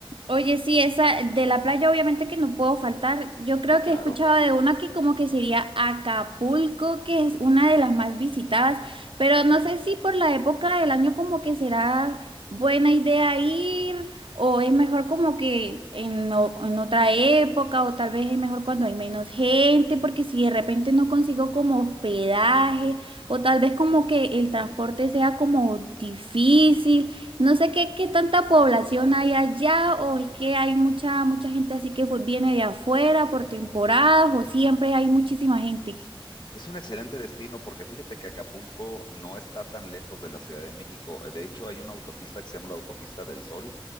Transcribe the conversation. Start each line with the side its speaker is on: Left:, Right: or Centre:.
Right: Oye, sí, esa de la playa obviamente que no puedo faltar. Yo creo
Left: No, claro.
Right: que he escuchado de una que como que sería Acapulco, que es una de las más visitadas, pero no sé si por la época del año como que será buena idea ir o es mejor como que en, o- en otra época o tal vez es mejor cuando hay menos gente, porque si de repente no consigo como hospedaje o tal vez como que el transporte sea como difícil. No sé qué, qué tanta población hay allá, o es que hay mucha, mucha gente así que fue, viene de afuera por temporadas, o siempre hay muchísima gente.
Left: Es un excelente destino porque fíjate que Acapulco no está tan lejos de la Ciudad de México. De hecho, hay una autopista que se llama la Autopista del Sol